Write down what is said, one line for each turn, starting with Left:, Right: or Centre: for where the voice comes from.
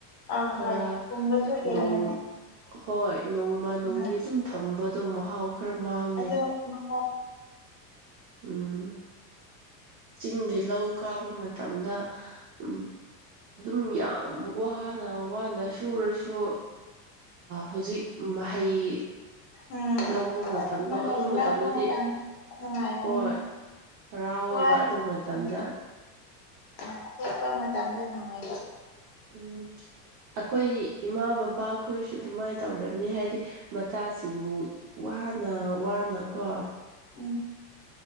Left: ꯑꯥ
Right: ꯈꯔꯣꯡ
Left: ꯍꯣꯏ ꯄꯨꯝꯕꯁꯨ ꯍꯦꯟꯕꯅꯦ
Right: ꯍꯣꯏ ꯅꯣꯡꯃ ꯅꯣꯡꯅꯤ
Left: ꯎꯝ
Right: ꯑꯗꯨꯝ ꯊꯝꯕꯗꯣ ꯃꯍꯥꯎ ꯈꯨꯔꯃꯥꯡ
Left: ꯑꯗꯣ ꯃ
Right: ꯎꯝ ꯆꯤꯡꯒꯤ ꯂꯧ ꯀꯥꯕ ꯃꯇꯝꯗ ꯎꯝ ꯑꯗꯨꯝ ꯌꯥꯝ ꯋꯥ ꯅ ꯋꯥꯅ ꯁꯨꯔꯁꯨ ꯍꯧꯖꯤꯛ ꯃꯍꯩ
Left: ꯎꯝ
Right: ꯂꯧꯕ ꯃꯇꯝꯗꯣ
Left: ꯃꯍꯩ
Right: ꯑꯗꯨ ꯃꯇꯝꯗꯗꯤ
Left: ꯂꯕꯨ ꯃꯗꯥꯥꯡ ꯅꯨꯡꯉꯥꯏ
Right: ꯍꯣꯏ
Left: ꯃꯤ
Right: ꯍꯔꯥꯎꯋꯦꯕ
Left: ꯀꯅꯤ
Right: ꯑꯗꯨ ꯃꯇꯝꯗ
Left: ꯎ ꯑ ꯀꯦꯄ ꯃꯝꯗꯦ ꯅꯥꯏ
Right: ꯎꯝ ꯑꯩꯈꯣꯏ ꯏꯃꯥ ꯕꯕꯥꯈꯣꯏꯁꯨ ꯑꯗꯨꯃꯥꯏꯅ ꯇꯧꯝꯅꯤ ꯍꯥꯏꯗꯤ ꯃꯆꯥꯁꯤꯡꯕꯨ ꯋꯥꯅ ꯋꯥꯅꯀꯣ
Left: ꯎꯝ